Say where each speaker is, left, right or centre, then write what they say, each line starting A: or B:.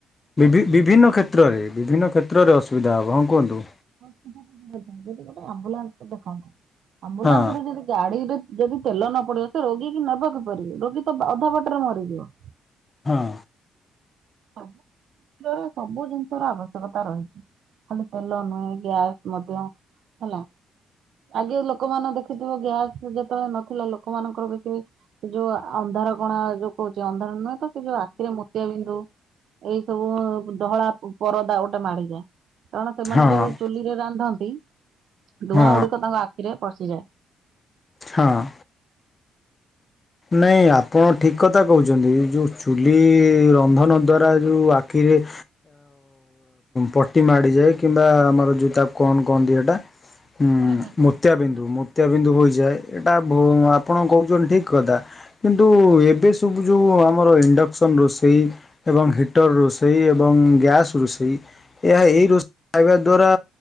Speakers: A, on the left (about 30°); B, on the right (about 70°).
A: ବିଭି-ବିଭିନ୍ନ କ୍ଷେତ୍ରରେ ବିଭିନ୍ନ କ୍ଷେତ୍ରରେ ଅସୁବିଧା ହବ ହଁ କୁହନ୍ତୁ।
B: <unintelligible> ଯଦି ଗୋଟେ ଆମ୍ବୁଲାନ୍ସ ଦେଖନ୍ତ ଆମ୍ବୁଲାନ୍ସ
A: ହଁ
B: ରେ ଯଦି ଗାଡିରେ ଯଦି ତେଲ ନ ପଡିବ ସେ ରୋଗୀ କି ନେବେ କିପରି ରୋଗୀ ତ ଅଧା ବାଟରେ ମରିଯିବ।
A: ହଁ।
B: ସବୁ ଦ୍ଵାରା ସବୁ ଜିନିଷ ର ଆବଶ୍ୟକତା ରହିଛି। ଖାଲି ତେଲ ନୁହେଁ ଗ୍ୟାସ ମଧ୍ୟ ହେଲା। ଆଗେ ଲୋକମନେ ଦେଖିଥିବ ଗ୍ୟାସ ଯେତେବେଳେ ନଥିଲା ଲୋକମାନଙ୍କର ବିକ୍ରି ଯୋଉ ଅନ୍ଧାର କଣା ଯୋଉ କହୁଛି ଅନ୍ଧାର ନୁହେଁ ତ ସେ ଯୋଉ ଆଖିରେ ମୋତିଆ ବିନ୍ଧୁ ଏଇ ସବୁ ଧହଳା ପରଦା ଗୋଟେ ମାଡିଯାଏ, କାରଣ ସେମାନେ
A: ହଁ
B: ଯୋଉ ଚୁଲି ରେ ରାନ୍ଧନ୍ତି ଧୂଆଁ
A: ହଁ
B: ଗୁଡିକ ତାଙ୍କ ଆଖିରେ ପଶିଯାଏ।
A: ହଁ। ନାଇଁ ଆପଣ ଠିକ୍ କଥା କହୁଛନ୍ତି, ଯେଉଁ ଚୁଲି ରନ୍ଧନ ଦ୍ଵାରା ଯେଉଁ ଆଖିରେ ପଟି ମାଡ଼ିଯାଏ କିମ୍ବା ଆମର ଯୋଉ ତାକୁ କଣ କହନ୍ତିି ଏଟା ହଁ
B: ପରଦା ପଡିଯାଏ
A: ମୋତିଆ ବିନ୍ଦୁ ମୋତିଆ ବିନ୍ଦୁ ହୋଇଯାଏ, ଏଇଟା ଆପଣ କହୁଛନ୍ତି ଠିକ କିନ୍ତୁ ଏବେ ସବୁ ଯୋଉ ଆମର ଇଣ୍ଡକ୍ସନ ରୋଷେଇ ଏବଂ ହିଟର୍ ରୋଷେଇ ଏବଂ ଗ୍ୟାସ୍ ରୋଷେଇ ଏହା ଏହି ରୋଷେଇ ଖାଇବା ଦ୍ଵାରା